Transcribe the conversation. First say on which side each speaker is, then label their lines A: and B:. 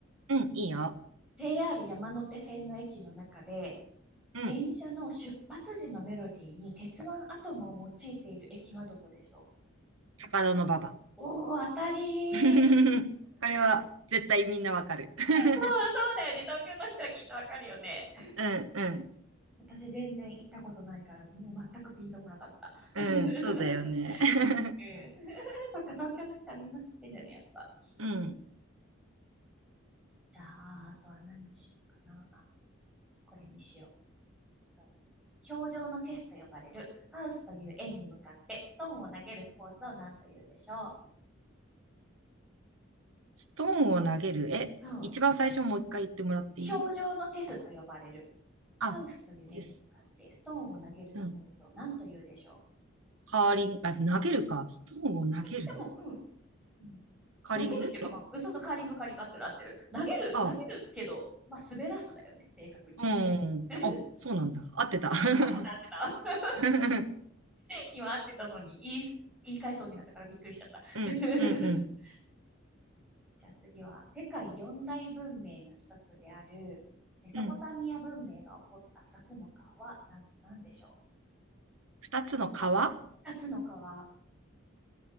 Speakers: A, on the right; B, in the centre.
A: うん、いいよ。
B: ?JR 山手線の駅の中で、
A: うん、
B: 電車の出発時のメロディーに鉄腕アトムを用いている駅はどこでしょ
A: 高田の馬場。
B: うおー、当たりー。
A: <laughs> これは絶対みんなわかる。<laughs>
B: そうそうだよね。東京の人はきっとわかるよね。
A: うん、うん、
B: 私全然行ったことないから、もう全くピンとこなかった。<laughs>
A: うん、
B: うんうん。<laughs>
A: そうだよね。<laughs>
B: そっか、東京の人はみんな知ってんだね、やっぱ。
A: うん。
B: じゃあ、あとは何にしようかな。あ、これにしよう。と氷上のチェスと呼ばれるハウスという円に向かってストーンを投げるスポーツを何というでしょう。
A: ストーンを投げる。え、
B: そう。
A: 一番最初もう一回言ってもらっていい
B: 氷上のチェスと呼ばれる
A: あ、
B: ハウスという円に向かってストーンを投げるスポーツを何というでしょう。
A: です。うん。カーリング、あ、投げるか。ストーンを投げる。
B: でも、うん。うん
A: カーリングえ
B: 投げるっていうか、まあ、うんそうそう、カーリング、カーリング合ってる合ってる。投げる、
A: あ、
B: 投げるけど、まあ、滑らすだよね、正確には。
A: うん。
B: <laughs> う
A: あ、そうなんだ。合ってた。
B: ん合ってた合ってた。
A: <laughs> う
B: 今合ってたのに言い、言い返そうになったからびっくりしちゃった。<laughs>
A: ん、うん、うん。
B: じゃあ次は、世界四大文明の一つである、メソポタミア文明が起こった二つの川は何と何でしょ
A: うん。二つの川
B: う二つの川、